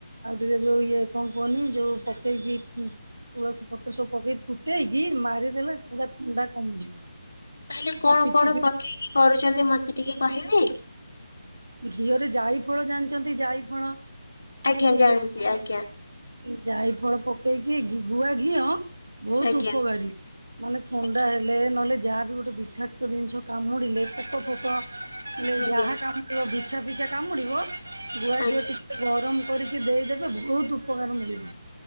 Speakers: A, on the right; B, on the left.
A: ଆଉ ଟିକେ ଯୋଉ ଇଏ କଣ କିହନି ଯୋଉ ପକେଇକି ତୁଳସୀ ପତ୍ର ସବୁ ପକେଇ ଫୁଟେଇକି ମାରିଦେଲେ ପୁରା ଥଣ୍ଡା କମିଯିବ।
B: ତାହେଲେ କଣ
A: ତା ପିଠି
B: କଣ
A: ଫିଠି
B: ପକେଇକି କରୁଛନ୍ତି ମତେ ଟିକେ କହିବେ।
A: ଘିଅରେ ଯାଇ ଫଳ ଜାଣିଛନ୍ତି ଯାଇ ଫଳ
B: ଆଜ୍ଞା ଜାଣିଛି
A: ହଁ
B: ଆଜ୍ଞା
A: ଯାଇ ଫଳ ପକେଇ କି ଗୁଆ ଘିଅ ବହୁତ
B: ଆଜ୍ଞା
A: ଉପକାରୀ। ମାନେ ଥଣ୍ଡା
B: ଆଜ୍ଞା
A: ହେଲେ ନହେଲେ ଯାହାବି ଗୋଟେ ବିଷାକ୍ତ ଜିନିଷ କାମୁଡିଲେ ପୋକ ଫୋକ ହେଲେ
B: ଆଜ୍ଞା
A: ଯାହା କାମୁଡ଼ିବ ବିଛା ପିଛା କାମୁଡିବ ଗୁଆଝିଅ
B: ଆଜ୍ଞା।
A: ଟିକେ ଗରମ କରି ଦେଇଦେବେ ବହୁତ ଉପକାର ମିଳିବ।